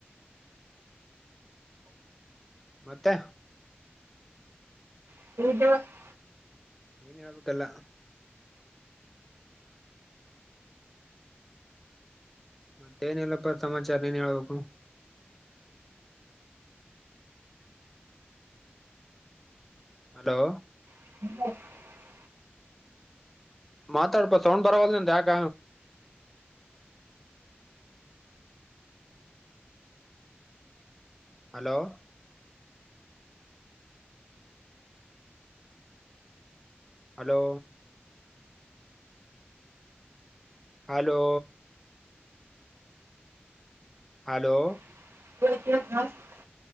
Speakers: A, in the centre; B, on the right.
A: ಮತ್ತೆ.
B: <unintelligible>
A: ನೀನ್ ಹೇಳ್ಬೇಕ ಎಲ್ಲಾ. ಮತ್ತೆ ಏನ ಇಲ್ಲಪ್ಪ ಸಮಾಚಾರ ನೀನೆ ಹೇಳ್ಬೇಕು. ಹಲೋ.
B: <unintelligible>
A: ಮಾತಾಡ್ಪ ಸೌಂಡ್ ಬರವಲ್ಲ ನಿಂದ ಯಾಕ. ಹಲೋ. ಹಲೋ. ಹಲೋ. ಹಲೋ.
B: <unintelligible>